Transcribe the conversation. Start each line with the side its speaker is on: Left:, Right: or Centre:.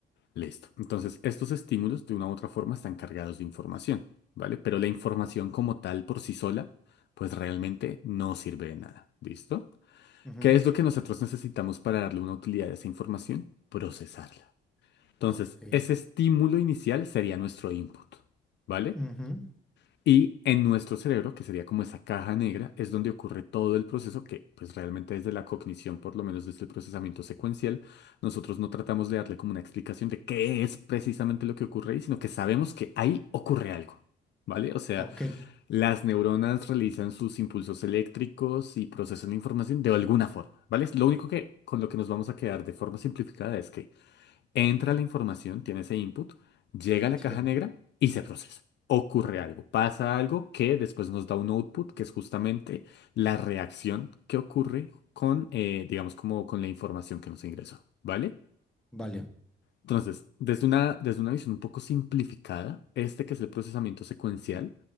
Left: Listo. Entonces, estos estímulos de una u otra forma están cargados de información, ¿vale? Pero la información como tal por sí sola, pues realmente no sirve de nada. ¿Listo?
Centre: ujú,
Left: ¿Qué es lo que nosotros necesitamos para darle una utilidad a esa información? Procesarla. Entonces,
Centre: ok,
Left: ese estímulo inicial sería nuestro input, ¿vale?
Centre: ujú,
Left: Y en nuestro cerebro, que sería como esa caja negra, es donde ocurre todo el proceso que, pues realmente desde la cognición, por lo menos desde el procesamiento secuencial, nosotros no tratamos de darle como una explicación de qué es precisamente lo que ocurre ahí, sino que sabemos que ahí ocurre algo, ¿vale? O sea,
Centre: ok,
Left: las neuronas realizan sus impulsos eléctricos y procesan la información de alguna forma, ¿vale? Es Lo único que con lo que nos vamos a quedar de forma simplificada es que entra la información, tiene ese input, llega a la
Centre: sí,
Left: caja negra y se procesa. Ocurre algo, pasa algo que después nos da un output, que es justamente la reacción que ocurre con, eh, digamos, como con la información que nos ingresó, ¿vale?
Centre: vale.
Left: Entonces, desde una, desde una visión un poco simplificada, este que es el procesamiento secuencial,